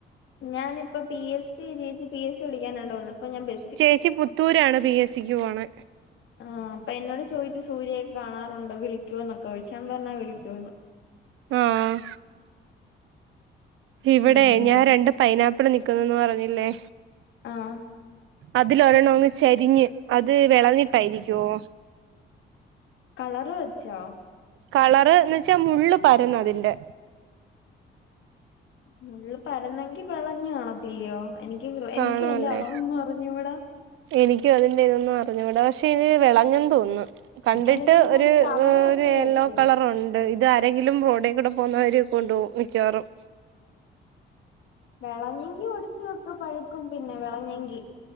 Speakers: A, on the left; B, on the right.
A: ഞാനിപ്പം പി എസ് സി ജയിച്ച് പി എസ് സി കുടിക്കാനണ്ടോകുന്നു അപ്പൊ ഞാൻ ബ
B: ചേച്ചി പുത്തൂരാണ് പി എസ് സിക്ക് പോണ്.
A: ആഹ് അപ്പൊ എന്നോട് ചോദിച്ചു സൂര്യക്കെ കാണാറുണ്ടോ വിളിക്കോ എന്നൊക്കെ ചോദിച്ചു ഞാൻ പറഞ്ഞാ വിളിക്കൂന്ന്.
B: ആഹ്. ഇവിടെ
A: ഉം
B: ഞാൻ രണ്ട് പൈനാപ്പിൾ നിക്കുന്നുന്ന് പറഞ്ഞില്ലേ.
A: ആഹ്
B: അതില് ഒരെണ്ണം അങ്ങ് ചരിഞ്ഞ് അത് വിളഞ്ഞിട്ടായിരിക്കുവോ?
A: കളറ് വെച്ചോ?
B: കളർ എന്ന് വെച്ചാ മുള്ള് പരന്ന് അതിന്റെ.
A: മുള്ള് പരന്നെങ്കി വെളഞ്ഞു കാണത്തില്ലയോ എനിക്ക്
B: കാണാല്ലേ
A: എനിക്ക് അതിന്റെ അളവെന്നും അറിഞ്ഞുടാ.
B: എനിക്കും അതിന്റെ ഇതൊന്നും അറിഞ്ഞു കൂടാ പക്ഷെ ഇനി വിളഞ്ഞെന്ന് തോന്നുന്നു. കണ്ടിട്ട്
A: അല്ലെങ്കിൽ നീ
B: ഒരു
A: കവറ്
B: ഒരു
A: കെട്ടി
B: യെല്ലോ
A: വെക്ക്
B: കളറുണ്ട്. ഇത് ആരെങ്കിലും റോഡേ കൂടെ പോകുന്നവര് കൊണ്ട് പോകും മിക്കവാറും.
A: വിളഞ്ഞെങ്കി ഒടിച്ചു വെക്ക് പഴുക്കും പിന്നെ വിളഞ്ഞെങ്കി.